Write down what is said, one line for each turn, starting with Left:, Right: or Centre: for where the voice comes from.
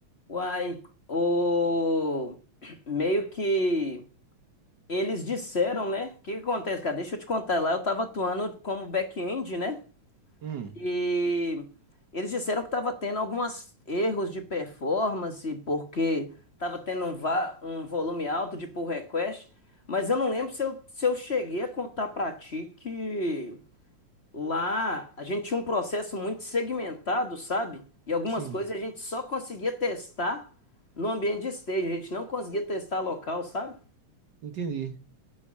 Left: uai, o meio que eles disseram, né? O que que acontece, cara? Deixa eu te contar lá, eu tava atuando como back-end, né?
Right: Hum,
Left: E eles disseram que estava tendo alguns erros de performance, porque estava tendo um, va- um volume alto de pull request, mas eu não lembro se eu, se eu cheguei a contar para ti que lá a gente tinha um processo muito segmentado, sabe? E algumas
Right: sim,
Left: coisas a gente só conseguia testar no ambiente de stage, a gente não conseguia testar local, sabe?
Right: entendi.